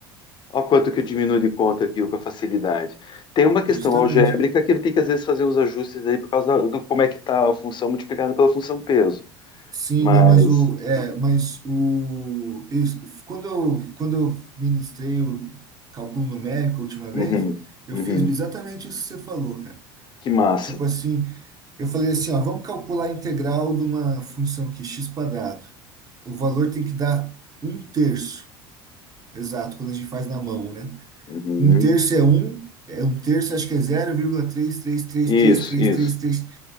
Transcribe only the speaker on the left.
ó quanto que eu diminuo de conta aqui ó, com a facilidade. Tem uma questão
algébrica que ele tem que às vezes fazer os ajustes aí por causa da- do como é que tá a função multiplicada pela função peso,
mas,
uhum,
uhum,
que massa.
Uhum.
Isso,
isso.